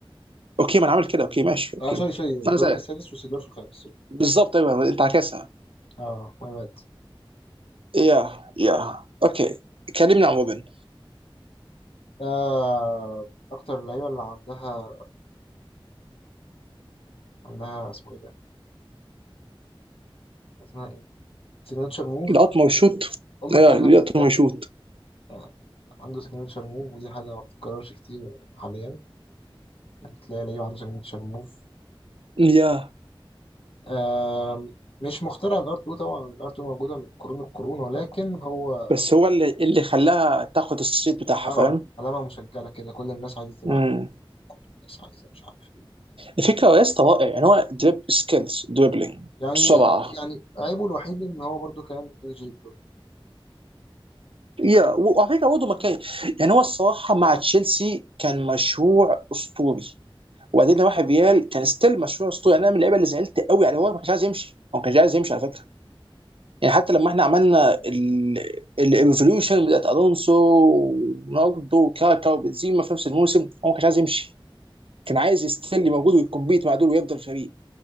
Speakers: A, on the right (about 70°); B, on the left (about 80°).
A: اوكي ما انا عامل كده اوكي ماشي اوكي
B: آه سوري سوري
A: انا
B: روبن
A: زيك
B: السادس وسيدور في الخامس سوري
A: بالظبط ايوه انت عكسها
B: اه ماي باد
A: يا يا اوكي كلمني عن روبن
B: آه أكتر اللعيبة اللي عندها عندها اسمه إيه ده؟ اسمها إيه؟ سيجنتشر موف
A: القطمه وشوت
B: أم
A: يا
B: الكلمة
A: القطمه
B: اللي بنساها
A: وشوت
B: دي آه عنده سيجنتشر موف ودي حاجة ما بتتكررش كتير حاليا إنك تلاقي لعيب عنده سيجنتشر موف
A: يا
B: آه مش مخترع الار 2 طبعا الار 2 موجودة من قرون القرون ولكن هو
A: بس هو اللي اللي خلاها تاخد الصيت بتاعها
B: اه
A: فاهم
B: علامة مسجلة كده كل الناس عايزة
A: امم
B: تلعب كل الناس عايزة مش عارف إيه.
A: الفكره يا اسطى رائع يعني هو دريب سكيلز دريبلينج
B: يعني
A: بسرعه
B: يعني عيبه الوحيد ان هو برضو كان الجيبرون
A: يا و- وعلى فكره برضه مكان يعني هو الصراحه مع تشيلسي كان مشروع اسطوري وبعدين لو واحد ريال كان ستيل مشروع اسطوري يعني انا من اللعيبه اللي زعلت قوي يعني هو ما كانش عايز يمشي هو ما كانش عايز يمشي على فكره يعني حتى لما احنا عملنا الايفولوشن بتاعت الونسو ورونالدو وكاكا وبنزيما في نفس الموسم هو ما كانش عايز يمشي كان عايز يستني موجود ويكمبيت مع دول ويفضل فريق